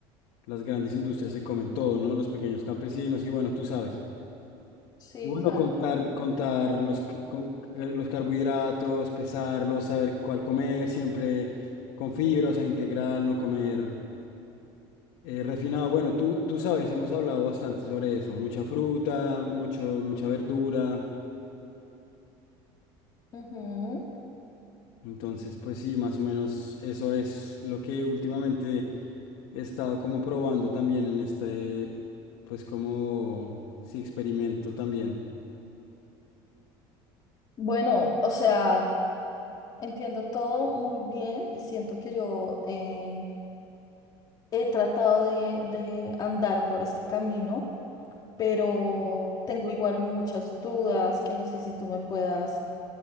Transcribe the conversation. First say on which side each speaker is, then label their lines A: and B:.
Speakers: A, on the left; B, on the left.
A: las grandes industrias se comen todo, ¿no? Los pequeños campesinos y bueno, tú sabes.
B: Sí,
A: Y bueno,
B: claro,
A: contar,
B: claro.
A: contar los, c- con- c- los carbohidratos, pesarlos, saber cuál comer, siempre con fibra, o sea, integral, no comer eh, refinado. Bueno, tú, tú sabes, hemos hablado bastante sobre eso, mucha fruta, mucho, mucha verdura.
B: Ujú.
A: Entonces, pues sí, más o menos eso es lo que últimamente he estado como probando también en este, pues como, sí, experimento también.
B: Bueno, o sea, entiendo todo muy bien y siento que yo em, he tratado de, de andar por este camino, pero tengo igual muchas dudas que no sé si tú me puedas